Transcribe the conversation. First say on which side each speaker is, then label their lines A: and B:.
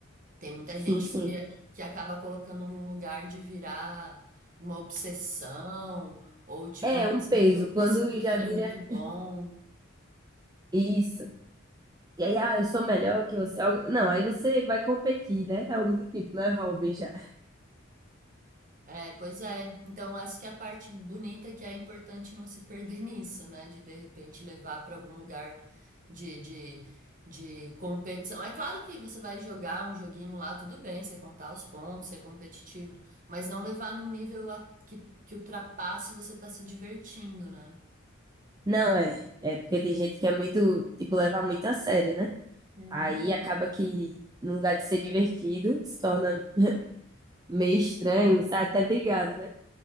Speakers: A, on the right; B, on the right.
A: Tem muita
B: Sim,
A: gente
B: sim.
A: que, que acaba colocando num lugar de virar uma obsessão, ou tipo,
B: É
A: nossa,
B: um peso.
A: eu preciso
B: Quando já
A: ser
B: vira
A: muito bom.
B: isso. E aí, ah, eu sou melhor que você. algo- Não, aí você vai competir, né? É Algo do tipo, não é hobby já.
A: É, pois é. Então, essa que é a parte bonita é que é importante não se perder <laughs> nisso, né? De de repente levar para algum lugar de, de, de competição. É claro que você vai jogar um joguinho lá, tudo bem, você contar os pontos, ser competitivo, mas não levar num nível a- que, que ultrapasse você tá se divertindo, né?
B: Não é. É porque tem gente que é muito, tipo, levar muito a sério, né?
A: Uhum.
B: Aí acaba que, no lugar de ser divertido, se torna meio estranho, sabe? Até brigado, né?